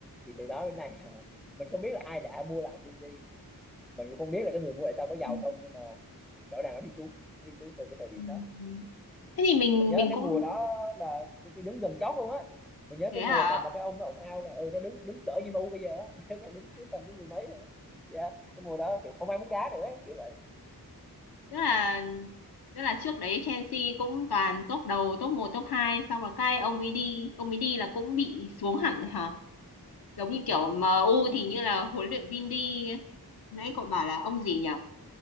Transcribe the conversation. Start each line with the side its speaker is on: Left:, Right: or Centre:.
Centre: thì từ đó đến nay <laughs> mình không biết là ai đã mua lại Chelsea mình cũng không biết là cái người mua lại sao có giàu
Left: Ừ.
Centre: không nhưng mà rõ ràng nó đi xuống nó đi xuống từ cái thời điểm
Left: Ừ.
Centre: đó
Left: Thế thì mình
Centre: mình nhớ
Left: mình
Centre: cái
Left: cũng
Centre: mùa đó là Chelsea đứng gần chót luôn á mình nhớ
Left: thế
Centre: cái mùa
Left: hả?
Centre: mà mà cái ông nó ồn ào là ừ nó đứng đứng cỡ
Left: Ừ.
Centre: như em u bây giờ á <laughs> Nó đứng tới tầm tới mười mấy thôi dạ cái mùa đó kiểu không ai muốn đá nữa ấy, kiểu vậy
Left: Tức là tức là trước đấy Chelsea cũng toàn top đầu, top một top hai xong rồi cái ông ấy đi, ông ấy đi là cũng bị xuống hẳn hả? Giống như kiểu
Centre: ừ,
Left: MU
Centre: ừ.
Left: thì như là huấn luyện viên đi, nãy cậu bảo là ông gì nhỉ?